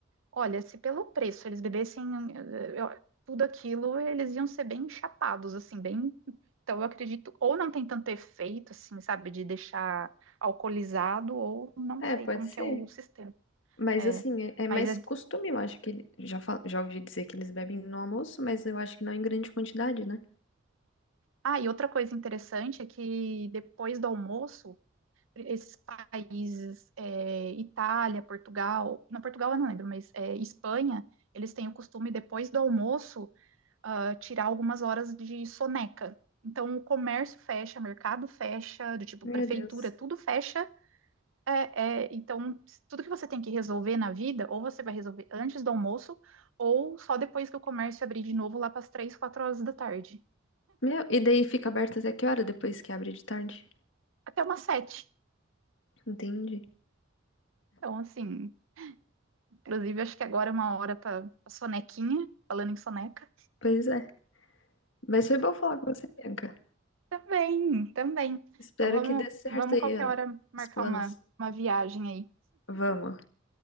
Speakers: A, on the right (about 85°); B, on the left (about 65°).
A: Olha, se pelo preço eles bebessem eh, eu- tudo aquilo, eles iam ser bem chapados, assim, bem. Então, eu acredito, ou não tem tanto efeito, assim, sabe, de deixar alcoolizado, ou não
B: É,
A: sei
B: pode
A: como
B: ser.
A: que é o sistema.
B: Mas
A: É,
B: assim, é, é mais
A: mas é.
B: costume, eu acho que ele, já, fa- já ouvi dizer que eles bebem no almoço, mas eu acho que não em grande quantidade, né?
A: Ah, e outra coisa interessante é que depois do almoço, esses países, eh, Itália, Portugal, não, Portugal eu não lembro, mas eh, Espanha, eles têm o costume, depois do almoço, ah, tirar algumas horas de soneca. Então, o comércio fecha, mercado fecha, do tipo
B: Meu
A: prefeitura,
B: Deus.
A: tudo fecha. É, é, então, tudo que você tem que resolver na vida, ou você vai resolver antes do almoço, ou só depois que o comércio abrir de novo lá para as três, quatro horas da tarde,
B: Meu, e daí fica aberto até que hora depois que abre de tarde?
A: até umas sete.
B: Entendi.
A: Então, assim, inclusive, acho que agora é uma hora para sonequinha, falando em soneca.
B: Pois é. Mas foi bom falar com você, Bianca.
A: Também, também.
B: Espero
A: Então, vamos,
B: que dê certo
A: vamos
B: aí
A: qualquer
B: as-
A: hora marcar
B: os planos.
A: uma, uma viagem aí.
B: Vamos.